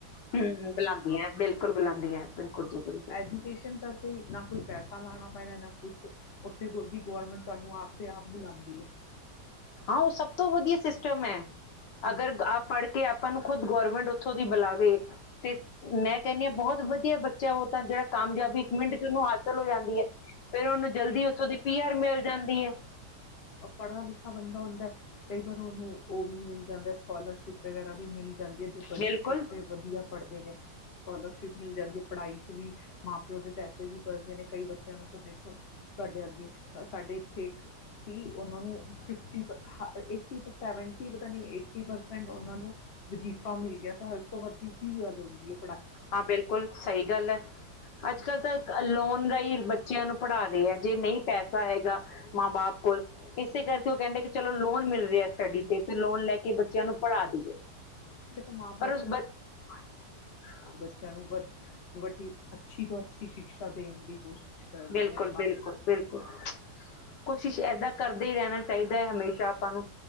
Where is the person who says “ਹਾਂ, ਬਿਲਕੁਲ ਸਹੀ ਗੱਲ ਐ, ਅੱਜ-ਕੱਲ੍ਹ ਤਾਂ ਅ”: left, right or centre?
Left